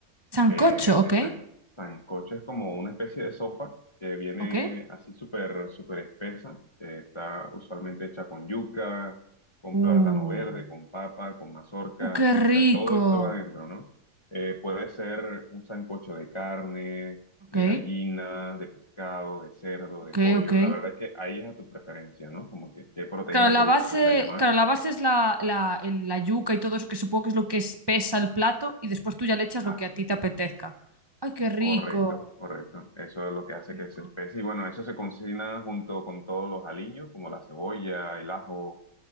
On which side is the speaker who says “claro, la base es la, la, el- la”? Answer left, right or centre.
Right